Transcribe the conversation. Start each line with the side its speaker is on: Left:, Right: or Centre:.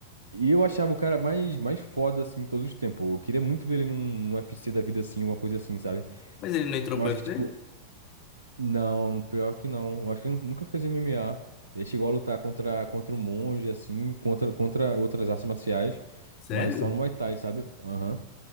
Right: E eu achava o cara mais, mais foda, assim, todos os tempos. Eu queria muito ver ele num, num UFC da vida assim, alguma coisa assim, sabe?
Left: Mas ele não entrou
Right: Eu
Left: pro
Right: acho
Left: UFC?
Right: que, tipo, não, pior que não. Eu acho que ele nunca fez MMA. Ele chegou a lutar contra, contra o monge, assim, contra, contra outras artes marciais.
Left: Sério?
Right: Mas só no Muay Thai, sabe? Aham.